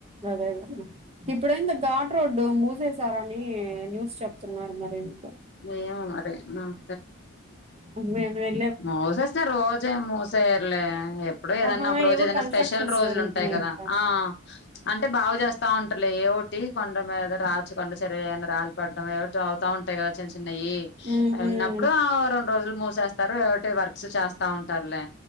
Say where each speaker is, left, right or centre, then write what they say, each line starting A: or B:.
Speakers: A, on the right; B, on the left.
A: అదే ఇప్పుడైంత ఘాట్ రోడ్డు మూసేసారని న్యూస్ చెప్ తున్నారు మరి ఎందుకో
B: ఏమో మరీ ఉమ్
A: అటు భయమై <inaudible>
B: మూసేస్తే రోజెం మూసేయర్లే ఎప్పుడు ఏదన్నా
A: ఆహా
B: ఒక రోజు
A: ఏవో
B: ఏదనా
A: కన్స్ట్రక్షన్స్
B: స్పెషల్ రోజులుంటాయి
A: జరుగుతున్నాయంట
B: కదా ఆ అంటే బాగు చేస్తా ఉంటలే ఏవోటీ కొండ మీద రాచ్చు కొండ చర్యలు ఏవన్నా రాలి పడ్డం ఏవోటి అవుతా ఉంటాయి కదా చిన్న న్నాయి
A: ఉమ్
B: ఉన్నప్పుడు
A: ఉమ్
B: రెండు రోజులు మూసేస్తారు ఒకటి వర్క్స్ చేస్తా ఉంటారులే